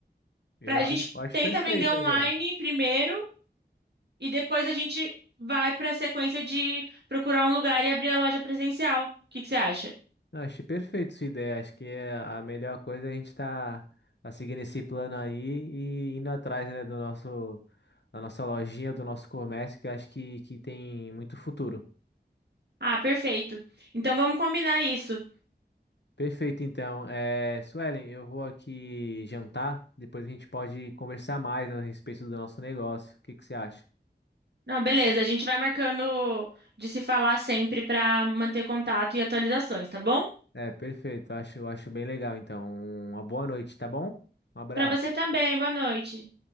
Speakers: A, on the left; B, on the right.
A: Eu,
B: Pra, a gente
A: a- eu acho
B: tenta
A: perfeita
B: vender online
A: a ideia.
B: primeiro e depois a gente vai para a sequência de procurar um lugar e abrir a loja presencial. O que que você acha?
A: Não, achei perfeito sua ideia. Acho que é a melhor coisa é a gente tá, tá seguindo esse plano aí e indo atrás, né, do nosso, da nossa lojinha, do nosso comércio, que eu acho que, que tem muito futuro.
B: Ah, perfeito. Então vamos combinar isso.
A: Perfeito, então. É, Suelen, eu vou aqui jantar, depois a gente pode conversar mais a respeito do nosso negócio. O que que você acha?
B: Não, beleza, a gente vai marcando de se falar sempre para manter contato e atualizações, tá bom?
A: É, perfeito. Acho, acho bem legal, então. Uma boa noite, tá bom? Um abraço.
B: Para você também, boa noite.